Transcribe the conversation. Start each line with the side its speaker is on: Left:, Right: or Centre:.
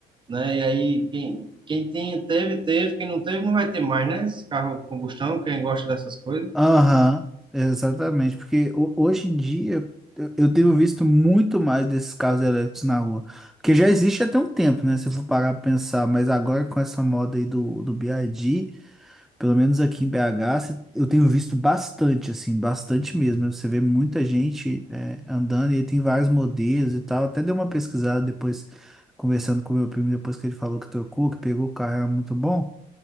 Right: né? E aí quem, quem tem, teve, teve, quem não teve não vai ter mais, né? Esse carro combustão, quem gosta dessas coisas.
Centre: Aham. Exatamente. Porque ho- hoje em dia eu eu tenho visto muito mais desses carros elétricos na rua. Porque já existe até um tempo, né? Se eu for parar pra pensar. Mas agora com essa moda aí do, do BYD. Pelo menos aqui em BH, cê- eu tenho visto bastante, assim, bastante mesmo. Você vê muita gente é, andando e aí tem vários modelos e tal. Até dei uma pesquisada depois, conversando com meu primo, depois que ele falou que trocou, que pegou o carro, era muito bom.